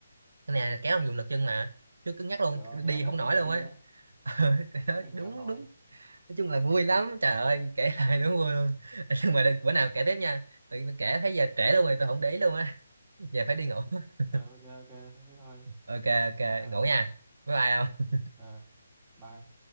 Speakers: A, on the right (about 70°); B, on the right (about 25°).
A: cái này
B: Ừ.
A: là kéo không dùng lực chân mà chứ cứng nhắc luôn
B: Kiểu thấy
A: đi
B: ông hết
A: không nổi
B: mình ghê
A: luôn á
B: á,
A: <laughs> Cái
B: hết
A: đó
B: mình
A: đúng
B: với ông nội.
A: đúng nói chung là vui lắm trời ơi kể lại đúng vui luôn <laughs> nhưng mà đừng- bữa nào kể tiếp nha tự nhiên tôi kể thấy giờ trễ luôn rồi tôi không để ý luôn á <laughs> giờ phải đi ngủ <laughs>
B: Ờ ok ok thế thôi.
A: ok ok
B: Trời ơi.
A: ngủ nha bye bye
B: Ờ bye.